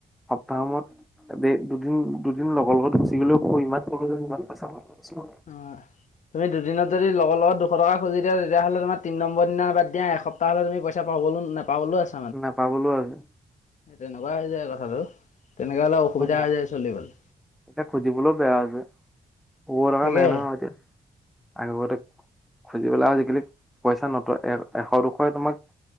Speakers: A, in the centre; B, on the left (about 55°).
A: সপ্তাহৰ মূৰত দে দুদিন, দুদিন লগৰ লগত যি গলেও ক ইমান পইচা ইমান পইচা পাম
B: অ', তুমি দুদিনত যদি লগৰ লগত দুশ টকা খুজি দিয়া তেতিয়াহ'লে তোমাৰ তিনি নম্বৰ দিনা বাদ দিয়া এশ তাহলে তুমি পইচা পাবলে নাপাবলে আছে।
A: নেপাবলৈও আছে।
B: তেনেকুৱা হৈ যায় কথাটো তেনেকুৱা হ'লে অসুবিধা
A: অ,
B: হৈ যায় চলিবলৈ।
A: এতিয়া খুজিবলৈও বেয়া আছে <unintelligible>
B: তাকে
A: নাই ন এতিয়া। আগতে খুজি পেলাই আজিকালি পইচা নতয় এ এশ দুশ তোমাক